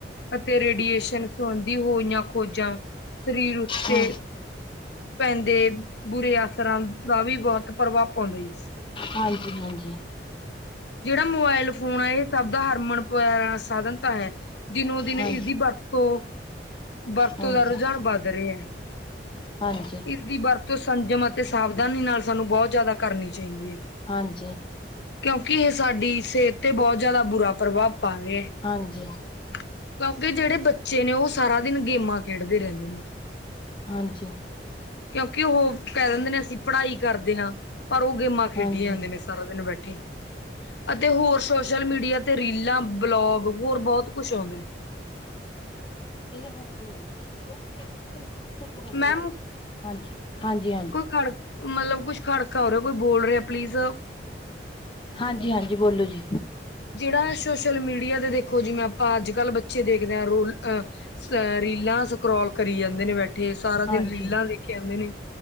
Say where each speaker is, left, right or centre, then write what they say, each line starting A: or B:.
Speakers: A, on the left; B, on the left.
A: ਅਤੇ ਰੇਡੀਏਸ਼ਨ ਸਬੰਧੀ ਹੋਈਆਂ ਖੋਜਾਂ ਸਰੀਰ ਉੱਤੇ
B: ਹਾਂ
A: ਪੈਂਦੇ ਬੁਰੇ ਅਸਰਾਂ ਦਾ ਵੀ ਬੋਹਤ ਪ੍ਰਭਾਵ ਪਾਉਂਦਾ ਜੀ।
B: ਹਾਂਜੀ-ਹਾਂਜੀ।
A: ਜੇੜਾ ਮੋਬਾਇਲ ਫੋਨ ਐ ਏਹ ਸਭ ਦਾ ਹਰਮਨ ਪ ਅ ਸਾਧਨ ਤਾਂ ਹੈ। ਦਿਨੋ ਦਿਨ
B: ਹਾਂ
A: ਇਹਦੀ ਵਰਤੋਂ-ਵਰਤੋਂ
B: ਹਾਂਜੀ
A: ਦਾ ਰੁਝਾਨ ਵੱਧ ਰਿਆ।
B: ਹਾਂਜੀ।
A: ਇਦੀ ਵਰਤੋਂ ਸੰਜਮ ਅਤੇ ਸਾਵਧਾਨੀ ਨਾਲ ਸਾਨੂੰ ਬੋਤ ਜਾਦਾ ਕਰਨੀ ਚਾਹੀਦੀ ਐ।
B: ਹਾਂਜੀ।
A: ਕਿਉਂਕਿ ਏਹ ਸਾਡੀ ਸੇਹਤ ਤੇ ਬੋਤ ਜਾਦਾ ਬੁਰਾ ਪ੍ਰਭਾਵ ਪਾ ਰਿਆ।
B: ਹਾਂਜੀ
A: ਕਿਉਂਕਿ ਜੇੜੇ ਬੱਚੇ ਨੇ ਉਹ ਸਾਰਾ ਦਿਨ ਗੇਮਾਂ ਖੇਡਦੇ ਰੇੰਦੇ ਨੇ।
B: ਹਾਂਜੀ।
A: ਕਿਉਂਕਿ ਉਹ ਕੇ ਦਿੰਦੇ ਨੇ ਅਸੀਂ ਪੜ੍ਹਾਈ ਕਰਦੇ ਆ। ਪਰ ਉਹ ਗੇਮਾਂ ਖੇਡੀ
B: ਹਾਂਜੀ
A: ਜਾਂਦੇ ਨੇ ਸਾਰਾ ਦਿਨ ਬੈਠੇ ਅਤੇ ਹੋਰ ਸੋਸ਼ਲ ਮੀਡੀਆ ਤੇ ਰੀਲਾਂ ਬਲੋਗ ਹੋਰ ਬੋਹਤ ਕੁਝ ਔਂਦਾ।
B: <inaudible> ਧੂਪ-ਧੂਪ ਕਰਕੇ
A: ਮੈਮ
B: ਲਗਦਾ। ਹਾਂਜੀ-ਹਾਂਜੀ।
A: ਕੋਈ ਖੜ ਮਤਲਬ ਕੁਛ ਖੜਕਾ ਹੋ ਰਿਹਾ ਕੋਈ ਬੋਲ ਰਿਹਾ ਪਲੀਜ਼
B: ਹਾਂਜੀ ਹਾਂਜੀ ਬੋਲੋ ਜੀ।
A: ਜਿਹੜਾ ਸੋਸ਼ਲ ਮੀਡਿਆ ਦੇ ਦੇਖੋ ਜਿਵੇਂ ਆਪਾਂ ਅੱਜ ਕੱਲ੍ਹ ਬੱਚੇ ਦੇਖਦੇ ਹ ਰੋਲ ਅ। ਰੀਲਾਂ ਸਕਰੋਲ ਕਰੀ ਜਾਂਦੇ ਨੇ ਬੈਠੇ ਸਾਰਾ
B: ਹਾਂਜੀ
A: ਦਿਨ ਰੀਲਾਂ ਦੇਖੀ ਜਾਂਦੇ ਨੇ।